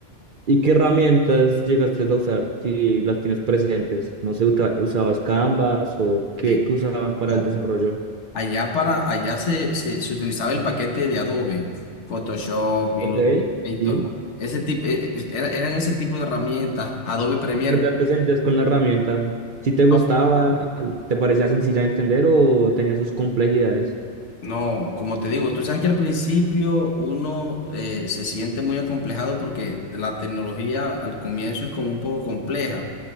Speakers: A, on the right; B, on the left.
A: y qué herramientas llegaste a usar si las tienes presentes? No sé, uta- ¿usabas Canvas o qué,
B: sí.
A: qué usaban para
B: No,
A: el desarrollo?
B: Allá, para, allá se, se, se utilizaba el paquete de Adobe, Photoshop, Illustrator,
A: Ok, sí.
B: ese tipo, eh, eh, era- eran ese tipo de herramientas, Adobe Premiere.
A: ¿Y qué tal te sentías con la herramienta? ¿Si te gustaba,
B: ¿no?
A: te parecía sencilla de entender o tenía sus complejidades?
B: No, como te digo, tú sabes que al principio uno eh, se siente muy acomplejado porque la tecnología al comienzo es como un poco compleja.